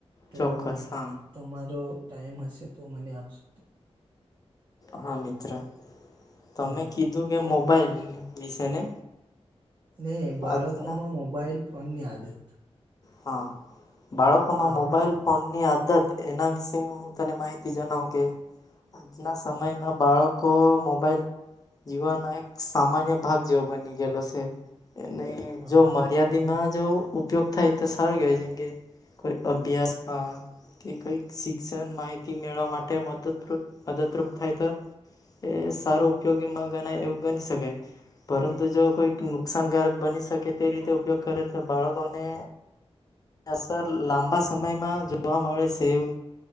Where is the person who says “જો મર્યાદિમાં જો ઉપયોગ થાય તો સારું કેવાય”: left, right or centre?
Left